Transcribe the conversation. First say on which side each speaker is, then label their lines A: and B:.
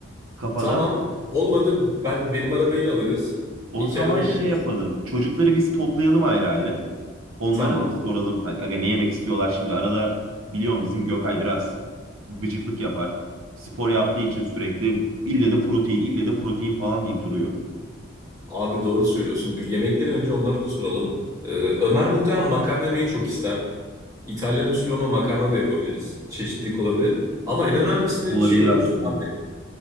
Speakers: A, on the right; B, on the right.
A: kafadan.
B: Tamam. Olmadı ben benim arabayı da alırız.
A: O
B: İki
A: zaman
B: araba gideriz.
A: şey yapalım. Çocukları biz toplayalım ayrı ayrı. Onlara
B: Tamam.
A: da bir soralım. Hani, Aga ne yemek istiyorlar şimdi? Arada biliyorum bizim Gökay biraz gıcıklık yapar. Spor yaptığı için sürekli ille de protein, ille de protein falan deyip duruyor.
B: Abi doğru söylüyorsun. Bu yemekleri önce onlara da soralım. Ee, Ömer muhtemelen makarna yemeyi çok ister. İtalyan usulü ona makarna da yapabiliriz. Çeşitlilik olabilir. Ama en önemlisi
A: Olabilir
B: şeyi unuttuk
A: aslında.
B: abi.